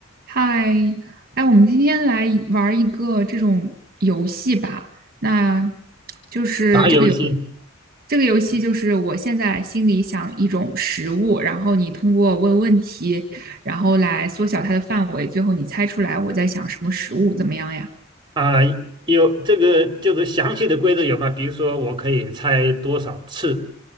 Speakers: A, on the right (about 45°); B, on the right (about 25°).
A: 嗨，哎，我们今天来一玩儿一个这种游戏吧。那就是这个游
B: 打游戏
A: 这个游戏就是我现在心里想一种食物，然后你通过问问题，然后来缩小它的范围，最后你猜出来我在想什么食物，怎么样呀？
B: 啊、有这个就是详细的规则有吗？比如说我可以猜多少次